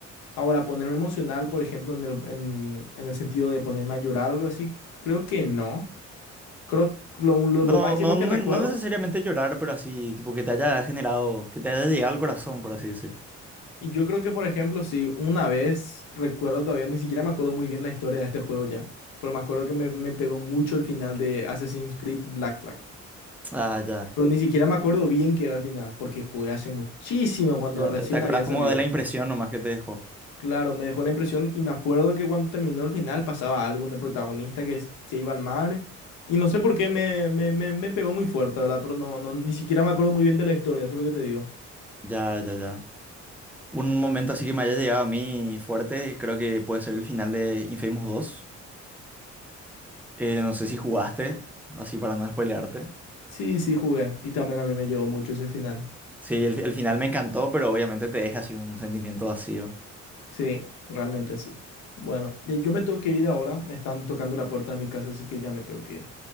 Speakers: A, on the left; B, in the centre.
A: Ahora, ponerme emocional, por ejemplo, en el, en, en el sentido de ponerme a llorar o algo así, creo que no. Creo que lo, lo
B: No,
A: lo máximo
B: no, no,
A: que recuerdo.
B: no necesariamente llorar, pero así, tipo que te haya generado, que te haya llegado al corazón, por así decir.
A: Y yo creo que, por ejemplo, si una vez, recuerdo todavía, ni siquiera me acuerdo muy bien la historia de este juego ya, pero me acuerdo que me, me pegó mucho el final de Assassin's Creed Black Flag.
B: Ah, ya.
A: Pero ni siquiera me acuerdo bien qué era el final, porque jugué hace muchísimo cuando
B: Ya.
A: recién
B: Te, te acordás
A: había salido.
B: como de la impresión nomás que te dejó.
A: Claro, me dejó la impresión y me acuerdo que cuando terminó el final pasaba algo en el protagonista que s- se iba al mar y no sé por qué me, me, me, me pegó muy fuerte, ¿verdad? Pero no, no, ni siquiera me acuerdo muy bien de la historia, eso es lo que te digo.
B: Ya, ya, ya. Un momento así que me haya llegado a mí fuerte, creo que puede ser el final de Infamous dos Eh, no sé si jugaste, así para no spoilearte.
A: Sí, sí, jugué y también a mí me llegó mucho ese final.
B: Sí, el, el final me encantó, pero obviamente te deja así un sentimiento vacío.
A: Sí, realmente sí. Bueno, eh, yo me tengo que ir ahora. Me están tocando la puerta de mi casa, así que ya me tengo que ir.